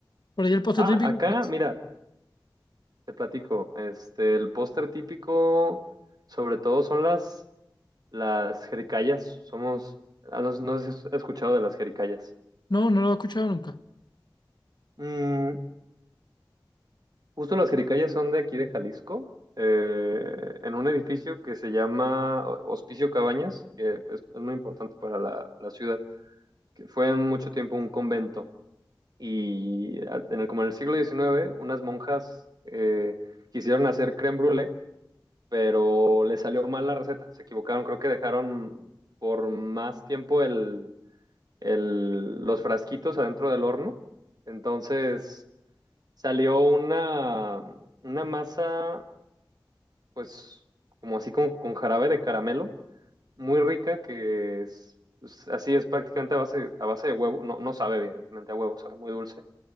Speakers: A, on the left; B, on the right.
A: ¿Por allí el postre
B: Ah,
A: típico?
B: acá,
A: cuál es?
B: mira, te platico. Este, el póster típico, sobre todo son las Las jericayas somos. ah, No, no sé si has escuchado de las jericayas.
A: No, no lo he escuchado nunca.
B: Mm, justo las jericayas son de aquí de Jalisco, eh, en un edificio que se llama Hospicio Cabañas, que es, es muy importante para la, la ciudad, que fue en mucho tiempo un convento. Y a- en el, como en el siglo diecinueve unas monjas eh, quisieron hacer crème brûlée, pero les salió mal la receta. Se equivocaron, creo que dejaron por más tiempo el el- los frasquitos adentro del horno. Entonces salió una, una masa, pues como así como con jarabe de caramelo, muy rica que es, pues, así es prácticamente a base, a base de huevo. No, no sabe evidentemente a huevo, sabe muy dulce,